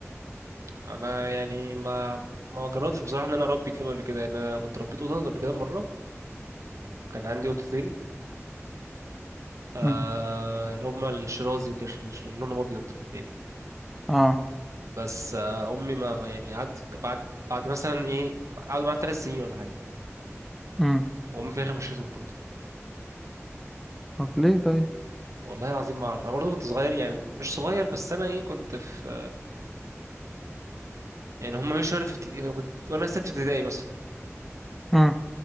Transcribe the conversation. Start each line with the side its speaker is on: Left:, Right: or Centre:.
Right: انا يعني ما ما جربتش بصراحه ان انا اربي كلاب قبل كده انا كنت ربيت قطط قبل كده مره كان عندي قطتين آه
Centre: مم.
Right: هما الشرازي وكاش لونهم ابيض الاثنين
Centre: اه
Right: بس آه امي ما ما يعني قعدت بعد بعد مثلا ايه قعدوا معايا ثلاث سنين ولا حاجه
Centre: امم
Right: وامي في الاخر مشيتهم برضه
Centre: طب ليه طيب
Right: والله العظيم ما اعرف انا برضه كنت صغير يعني مش صغير بس انا ايه كنت في يعني هم مشوا وانا في ابتدائي كنت وانا ست ابتدائي مثلا
Centre: امم